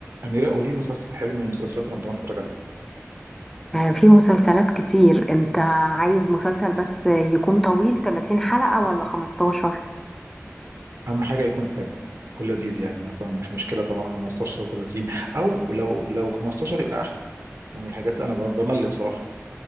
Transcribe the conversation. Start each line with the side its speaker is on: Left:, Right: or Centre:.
Right: أميرة قولي لي مسلسل حلو من مسلسلات رمضان اتفرج عليه
Centre: آه، في مسلسلات كتير انت عايز مسلسل بس يكون طويل 30 حلقة ولا 15
Right: أهم حاجة يكون حلو يكون لذيذ يعني مثلا مش مشكلة طبعا 15 30 أو لو لو 15 يبقى أحسن يعني الحاجات أنا بم- بمل بصراحة